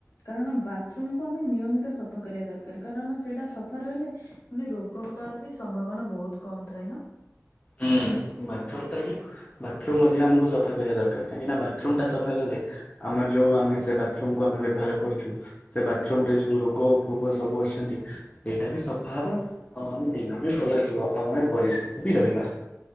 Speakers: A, on the left; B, on the left.
A: କାରଣ ବାଥରୁମ୍ କୁ ଆମେ ନିୟମିତ ସଫା କରିବା ଦରକାର କାରଣ ସେଟା ସଫା ରହିଲେ ମାନେ ରୋଗ ହବାର ବି ସମ୍ଭାବନା ବହୁତ କମ ଥାଏ ନା
B: ହୁଁ ବାଥରମ୍ ତାକୁ ବାଥରୁମ ମଧ୍ୟ ଆମକୁ ସଫା କରିବା ଦରକାର କାହିଁକିନା ବାଥରୁମ ଟା ସଫା କଲେ ଆମର ଯୋଉ ଆମେ ସେ ବାଥରୁମକୁ ଆମେ ବ୍ୟବହାର କରଛୁ ସେ ବାଥରୁମ ରେ ଯୋଉ ରୋଗ ଫୋଗ ସବୁ ଅଛନ୍ତି ସେଇଟା ବି ସଫା ହବ ଆଉ ଆମ ଦିନ ବି ଭଲ ଯିବ ଆଉ ଆମେ ପରିଷ୍କାର ବି ରହିବା।